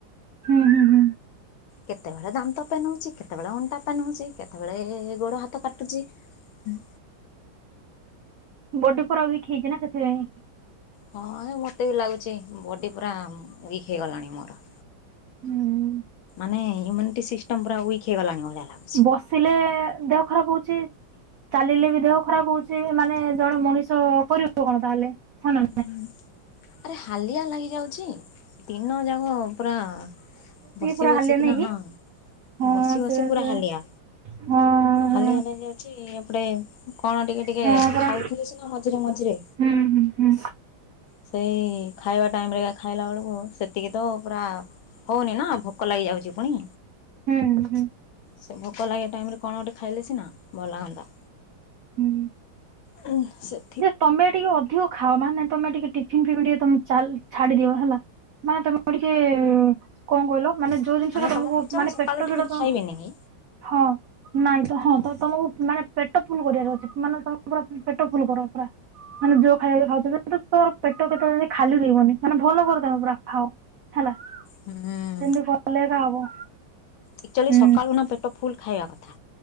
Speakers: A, on the right (about 85°); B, on the left (about 80°).
A: ହୁଁ ହୁଁ ହୁଁ
B: କେତେବେଳେ ଦାନ୍ତ ପେନ୍ ହଉଚି କେତେବେଳେ ଅଣ୍ଟା ପେନ୍ ହଉଚି କେତେବେଳେ ଗୋଡ ହାତ କାଟୁଚି। ହୁଁ
A: ବଡି ପୁରା ୱିକ୍ ହେଇଛି ନା ସେଥିପାଇଁ।
B: ହଁ ମତେ ବି ଲାଗୁଚି ବଡି ପୁରା ୱିକ୍ ହେଇଗଲାଣି ମୋର।
A: ହୁଁ
B: ନାଇଁ ଇମ୍ୟୁନିଟି ସିଷ୍ଟମ୍ ପୁରା ୱିକ୍ ହେଇଲାଣି ଭଳିଆ ଲାଗ
A: ବସିଲେ ଦେହ ଖରାପ ହଉଚି ଚାଲିଲେ ବି ଦେହ ଖରାପ ହଉ ଚି ମାନେ ଜଣେ ମଣିଷ କରିବ କଣ ତାହେଲେ? ହଁ ନା
B: ହୁଁ ଆରେ ହାଲିଆ ଲାଗିଯାଉଚି ଦିନଯାକ ପୁରା ବସି
A: ପୁରା
B: ବସିକି
A: ହାଲିଆ ନାଇଁ
B: ନା
A: କି
B: ହଁ
A: ହଁ
B: ବସି ବସି
A: ସେୟା
B: ପୁରା
A: ସେୟା
B: ହାଲିଆ
A: ହଁ
B: ହାଲିଆ
A: ହଁ
B: ନେଇଯାଉଚି ଏପଟେ କଣ ଟିକେ ଟିକେ
A: ହଁ ପରା
B: ଖାଉଥିଲେ ସିନା ମଝିରେ ମଝିରେ
A: ହୁଁ ହୁଁ ହୁଁ
B: ସେଇ ଖାଇବା ଟାଇମରେ ଖାଇଲାବେଳୁକୁ ସେତିକି ତ ପୁରା ହଉନି ନା ଭୋକ ଲାଗିଯାଉଚି ପୁଣି।
A: ହୁଁ ହୁଁ
B: ସେ ଭୋକ ଲାଗିବା ଟାଇମରେ କଣ ଗୋଟେ ଖାଇଲେ ସିନା ଭଲ ଲାଗନ୍ତା।
A: ହୁଁ
B: ହୁଁ ସେ
A: ଯେ ତମେ ଟିକେ ଅଧିକ ଖାଅ ମାନେ ତମେ ଟିକେ ଟିଫିନ୍ ଫିପିନ୍ ଟିକେ ତ ଚାଲ୍ ଛାଡି ଦିଅ ହେଲା ମାନେ ତମେ ଟିକେ କଣ କହିଲ ମାନେ ଯୋଉ ଜିନିଷଟା ତମକୁ
B: ତମେ କହୁଛ
A: ମାନେ
B: ମୁଁ ସକାଳୁ
A: ପେଟ
B: ଟିଫିନ
A: ଯୋଉଟା ତମ
B: ଖାଇବିନି କି?
A: ହଁ ନାଇଁ ତ ହଁ ତ ତମକୁ ମାନେ ପେଟ ଫୁଲ କରିଆର ଅଛି ମାନେ ତମର ପେଟ ଫୁଲ କର ପୁରା ମାନେ ଯୋଉ ଖାଇବା ଖାଉଚ ଯେମିତି ତୋର ପେଟ କେତେବେଳେ ଯେମିତି ଖାଲି ରହିବନି ମାନେ ଭଲ କରିଦବ ପୁରା ଖାଅ ହେଲା।
B: ହୁଁ
A: ସେମିତି କଲେ ଏକା ହବ।
B: ଆଚୁଆଲି
A: ହୁଁ
B: ସକାଳୁ ନା ପେଟ ଫୁଲ ଖାଇବା କଥା